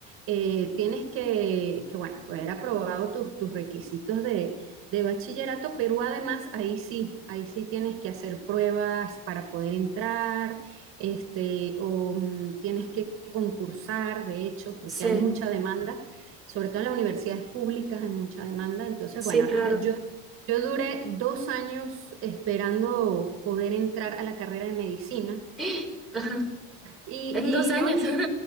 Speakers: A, on the right; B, in the centre.
A: eh, tienes que, que, bueno, haber aprobado tus, tus requisitos de, de bachillerato, pero además ahí sí, ahí sí tienes que hacer pruebas para poder entrar este, o mm, tienes que concursar, de hecho, porque
B: Sí,
A: hay mucha demanda, sobre todo en las universidades públicas hay mucha demanda. Entonces,
B: sí,
A: bueno,
B: claro.
A: nada, yo, yo duré dos años esperando poder entrar a la carrera de medicina
B: <laughs> Ajá,
A: y,
B: En dos años.
A: y oye,
B: <laughs>